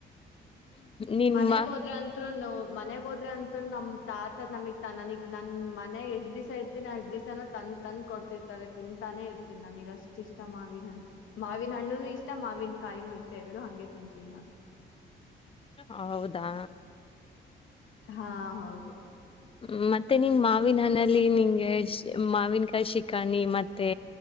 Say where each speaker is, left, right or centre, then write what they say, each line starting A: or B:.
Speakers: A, on the left (about 30°); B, on the left (about 75°).
A: ನಿಮ್ಮ
B: ಮನೆಗ್ ಹೋದ್ರೆ ಅತ್ರು ನ ಮನೆಗ್ ಹೋದ ೆ ಅಂತ ನಮ ತಾತ ನಮಗ್ ತ ನನಗ್ ನನ್ ಮನೆಯಗ್ ಎಷ್ಟ್ ದಿಸಸ ಇರ್ತೀನಿ ಅಷ್ಟ್ ದಿವಸಾನೂ ತಂದ ತಂದ ಕೊಡ್ತಿರ್ತಾರೆ ತಿಂತಾನೆ ಇರ್ತೀನಿ ನನಗ್ ಅಷ್ಟ ಇಷ್ಟ ಮಾವನ್ ಹಣ್ಣ ಮಾವನ್ ಹಣ್ಣುನು ಇಷ್ಟ ಮಾವನ್ ಕಾಯಿನೂ ಇಷ್ಟ ಎರಡು ಹಂಗೆ ತಿಂತೀನಿ ನಾನು
A: ಹೌದಾ
B: ಹಾ ಹೌದು
A: ಹ್ಮ ಮತ್ತೆ ನಿನ್ ಮಾವಿನ ಹ್ಣಲ್ಲಿ ನಿಂಗೆ ಮಾವಿನಕಾಯಿ ಶಿಕಾಣಿ ಮತ್ತೆ